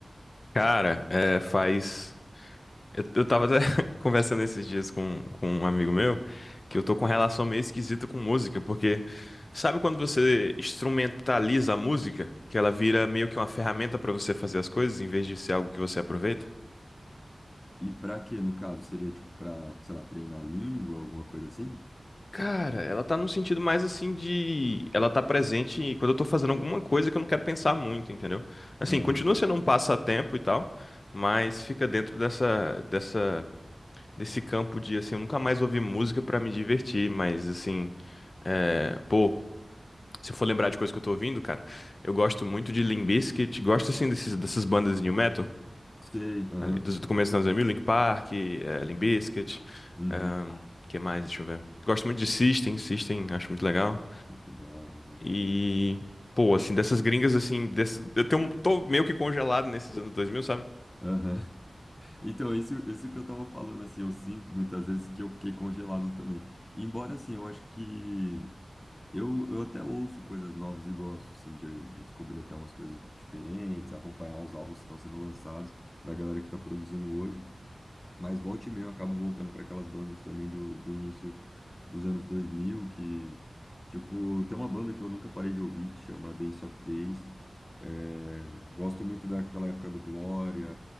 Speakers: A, on the left; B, on the left.
A: Cara, é, faz. Eu, eu tava até <laughs> conversando esses dias com, com um amigo meu que eu tô com relação meio esquisita com música, porque sabe quando você instrumentaliza a música, que ela vira meio que uma ferramenta pra você fazer as coisas em vez de ser algo que você aproveita?
B: e pra quê, no caso? Seria, tipo, pra, sei lá, treinar a língua, alguma coisa assim?
A: Cara, ela tá num sentido mais assim de. Ela tá presente quando eu tô fazendo alguma coisa que eu não quero pensar muito, entendeu? Assim,
B: Nossa,
A: continua sendo um passatempo e tal, mas fica dentro dessa, dessa nesse campo de, assim, eu nunca mais ouvi música pra me divertir, mas, assim, é, pô, se eu for lembrar de coisa que eu tô ouvindo, cara, eu gosto muito de Limp Bizkit, gosto, assim, desses, dessas bandas de new metal,
B: sei, aham,
A: ali, dos- do começo dos anos dois mil Linkin Park, é, Limp Bizkit,
B: uhum,
A: ahn, que mais, deixa eu ver. Gosto muito de System, System, acho muito legal.
B: Só foi da hora, aham.
A: E, pô, assim, dessas gringas, assim, dess- eu tenho, tô meio que congelado nesses anos dois mil sabe?
B: Aham. Então, isso, isso que eu tava falando, assim, eu sinto muitas vezes que eu fiquei congelado também. Embora, assim, eu acho que Eu, eu até ouço coisas novas e gosto, sim, de, de descobrir até umas coisas di- diferentes, acompanhar os álbuns que estão sendo lançados, da galera que está produzindo hoje. Mas volta e meia eu acabo voltando para aquelas bandas também do, do início dos anos 2000 que, tipo, tem uma banda que eu nunca parei de ouvir, que chama Dance of Days. É, gosto muito daquela época do Glória,